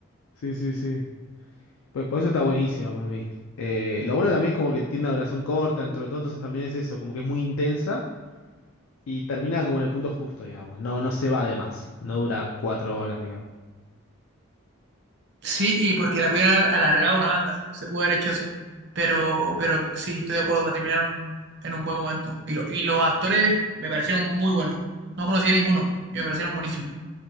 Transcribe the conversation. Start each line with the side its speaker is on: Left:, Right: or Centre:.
Left: Sí, sí, sí. Por, por eso está buenísima para mí. Eh, lo bueno también es como que tiene una duración corta dentro de todo, entonces también es eso, como que es muy intensa y termina como en el punto justo, digamos. No, no se va de más, no dura cuatro horas, digamos.
Right: Sí, y porque la pudieron haber alargado una banda, se pudo haber hecho eso. Pero, pero sí, estoy de acuerdo, la terminaron en un buen momento. Y, lo- y los actores me parecieron muy buenos. No conocía a ninguno y me parecieron buenísimos.